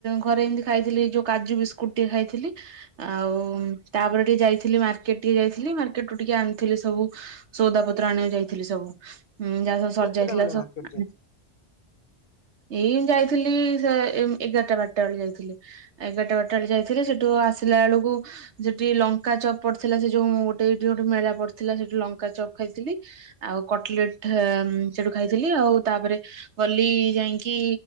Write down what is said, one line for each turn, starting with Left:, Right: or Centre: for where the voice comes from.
Right: ଘରେ ଏମିତି ଖାଇଥିଲି ଯୋଉ କାଜୁ ବିସ୍କୁଟ ଟିକେ ଖାଇଥିଲି। ଆଉ ତାପରେ ଟିକେ ଯାଇଥିଲି ମାର୍କେଟ। ଟିକେ ଯାଇଥିଲି ମାର୍କେଟ ରୁ ଟିକେ ଆଣିଥିଲି ସବୁ ସଉଦା ପତ୍ର ଆଣିବାକୁ ଯାଇଥିଲି ସବୁ ଉଁ ଯା <unintelligible> ସରି
Left: କେତେଟା
Right: ଯାଇଥିଲା
Left: ବେଳେ
Right: ସବ
Left: ମାର୍କେଟ ଯାଇଥିଲ?
Right: ହୁଁ। ଏଇ ଯାଇଥିଲି ସେ ଉଁ ଏଗାରଟା ବାରଟା ବେଳେ ଯାଇଥିଲି। ଏଗାରଟା ବାରଟା ବେଳେ ଯାଇଥିଲି ସେଠୁ ଆସିଲା ବେଳକୁ ସେଠି ଲଙ୍କା ଚପଟ ଥିଲା ସେ ଯୋଉ ମୁଁ ଗୋଟେ ଏଇଠି ଗୋଟେ ମେଳା ପଡିଥିଲା ସେଇଠି ଲଙ୍କା ଚପ୍ ଖାଇଥିଲି। ଆଉ କଟଲେଟ ହେ ଉଁ ସେଠୁ ଖାଇଥିଲି ଆଉ ତାପରେ ଗଲି ଯାଇକି